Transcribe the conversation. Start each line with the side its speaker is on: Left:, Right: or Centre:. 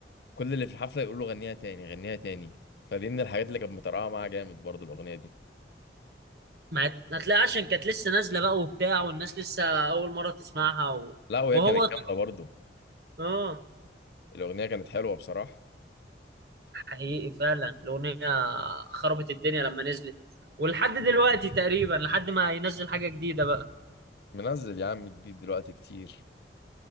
Left: كل اللي في الحفله يقول له غنيها تاني غنيها تاني فدي من الحاجات اللي كانت مطرقعه معاها جامد برضه الاغنيه دي
Right: ما هتلاقي عشان كانت لسه نازله بقى وبتاع والناس لسه اول مره تسمعها و...
Left: لا وهي
Right: وهو
Left: كانت
Right: طبعاً-
Left: جامده برضه
Right: اه
Left: الاغنيه كانت حلوه بصراحه
Right: حقيقي فعلا الاغنيه خربت الدنيا لما نزلت ولحد دلوقتي تقريبا لحد ما ينزل حاجه جديده بقى
Left: منزل يا عم جديد دلوقتي كتير